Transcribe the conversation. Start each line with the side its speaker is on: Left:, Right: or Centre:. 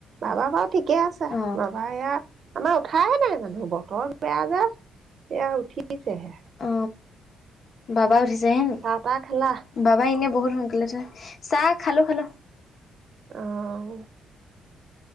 Right: বাবা বাও ঠিকে আছে
Left: অ
Right: বাবা এয়া আমাৰ উঠাই নাই মানুহ বতৰ বেয়া যে, এয়া উঠিছেহে।
Left: অ বাবা উঠিছে হে নি,
Right: চাহ তাহ খালা
Left: বাবা এনে বহুত শুনকালে উঠে, চাহ খালো খালো।
Right: অহ।